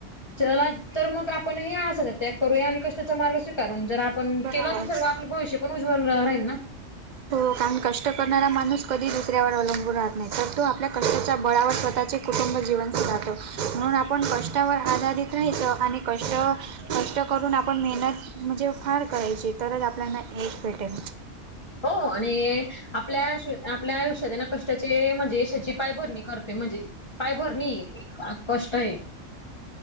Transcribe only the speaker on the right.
धन्यवाद.
तो कारणं कष्टं करणांरा माणूंस कधीं दुसऱ्यांवर अवलंबून राहतं नाहीं तरं तो आपल्या कष्टांच्या बळांवर स्वंतःचे कुटुंब जीवनस जातो म्हणूंन आपणं कष्टांवरं आधारित राहायचो आणि कष्टं कष्टं करूंन आपणं मेहनतं म्हणजे फांर करांयची तरचं आपल्यांना एकचं भेटेल